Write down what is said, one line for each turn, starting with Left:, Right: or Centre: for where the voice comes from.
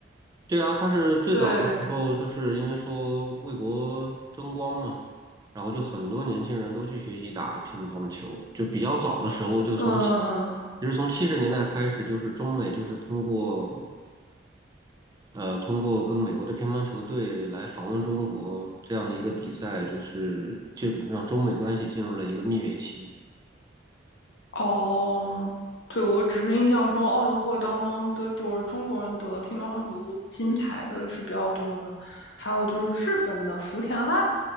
Right: 对啊，他是最早的时候，
Left: 对，
Right: 就是因为说为国争光嘛，然后就很多年轻人都去学习打乒乓球，就比较早的时候，就从其
Left: 嗯，
Right: 其实从七十年代开始，就是中美就是通过呃通过跟美国的乒乓球队来访问中国这样的一个比赛，就是进让中美关系进入了一个蜜月期。
Left: 哦，对，我只是印象中奥运会当中的就是中国人得乒乓球金牌的是比较多的，还有就是日本的福田爱，